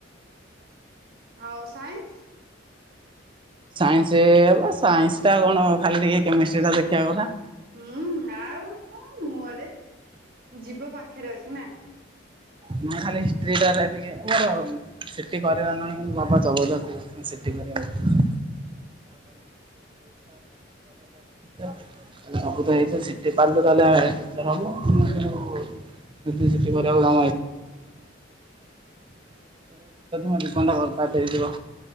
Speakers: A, on the right; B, on the right.
A: ଆଉ ସାଇନ୍ସ
B: ସାଇନ୍ସ ହେ ବା ସାଇନ୍ସ ଟା କଣ ଖାଲି ଟିକେ କେମିଷ୍ଟି ଟା ଦେଖିବା କଥା।
A: ହୁଁ ଆଉ ତୋ ମୁହଁରେ ଯିଭ ପାଖରେ ଅଛି ନା?
B: ମୁଁ ଖାଲି ହିଷ୍ଟ୍ରିଟାରେ ଟିକେ ଦୁର୍ବଳ। ସିଟି କରିବାର ନାହିଁ କିନ୍ତୁ ବାପା ଜବରଦସ୍ତି କହୁଚନ୍ତି ସିଟି କରିବାକୁ। <unintelligible> <inaudible> ସବୁ ତ ହେଇଚୁ ସିଟି ପାରିଲୁ ତାହଲେ <unintelligible> ଟିଚର ହେଇଯିବି ଯଦି ମୋ ଜୀବନଟା ବରବାଦ ହେଇଯିବ।